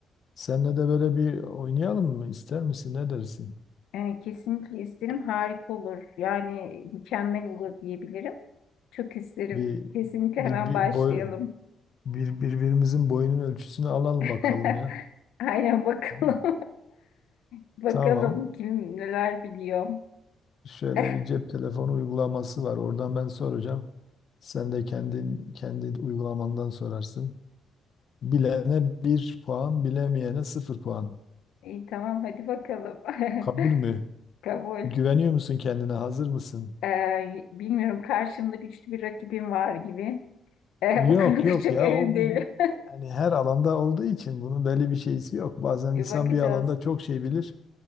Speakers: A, on the left (about 55°); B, on the left (about 80°).
A: Seninle de böyle bir oynayalım mı? İster misin? Ne dersin?
B: E, kesinlikle isterim. Harika olur. Yani mükemmel olur diyebilirim. Çok isterim.
A: Bir
B: Kesinlikle
A: bir,
B: hemen
A: bir
B: başlayalım.
A: boy bir birbirimizin boyunun ölçüsünü alalım
B: <laughs>
A: bakalım ya.
B: Aynen bakalım.
A: Tamam.
B: <laughs> Bakalım
A: Tamam.
B: kim neler biliyor.
A: Şöyle
B: <laughs>
A: bir cep telefonu uygulaması var. Oradan ben soracağım. Sen de kendin kendi uygulamandan sorarsın. Bilene bir puan, bilemeyene sıfır puan.
B: İyi tamam hadi bakalım.
A: Kabul
B: <laughs>
A: mü?
B: Kabul.
A: Güveniyor musun kendine? Hazır mısın?
B: Ee, bilmiyorum karşımda güçlü bir rakibim var gibi. <laughs> Ee,
A: Yok
B: bu konuda
A: yok
B: çok
A: ya
B: emin
A: o bu,
B: değilim.
A: bu- yani her alanda olduğu için bunun belli bir şeysi yok. Bazen
B: <laughs>
A: insan
B: Bakacağız.
A: bir alanda çok şey bilir.